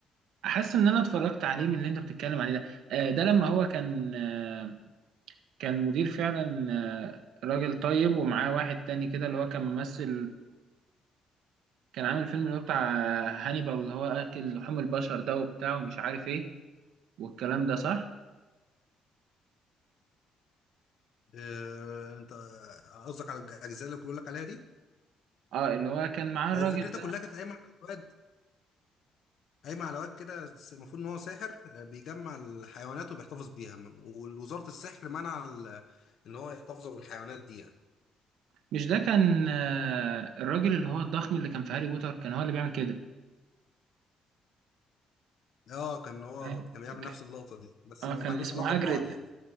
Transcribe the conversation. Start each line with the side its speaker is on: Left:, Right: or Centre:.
Right: أحس إن أنا اتفرجت عليه من اللي أنت بتتكلم عليه ده آه ده لما هو كان آه كان مدير فعلا آه راجل طيب ومعاه واحد تاني كده اللي هو كان ممثل كان عامل فيلم اللي هو بتاع هانيبال اللي هو اكل لحوم البشر ده وبتاع ومش عارف ايه والكلام ده صح
Left: آه، انت قصدك على الاجزاء اللي بقول لك عليها دي
Right: اه اللي هو كان معاه الراجل
Left: هو فكرتها
Right: ده
Left: كلها كانت قايمه على واد قايمه على واد كده س- المفروض ان هو ساحر آه، بيجمع الحيوانات وبيحتفظ بيها م- ووزاره السحر منع ال- ان هو يحتفظ بالحيوانات دي يعني
Right: مش ده كان آه، الراجل اللي هو الضخم اللي كان في هاري بوتر كان هو اللي بيعمل كده
Left: اه كان هو
Right: فاهم؟
Left: كان بيعمل
Right: ك-
Left: نفس اللقطه دي بس
Right: اه
Left: ما
Right: كان
Left: ملوش
Right: اسمه
Left: علاقه ببعض
Right: هاجريد
Left: يعني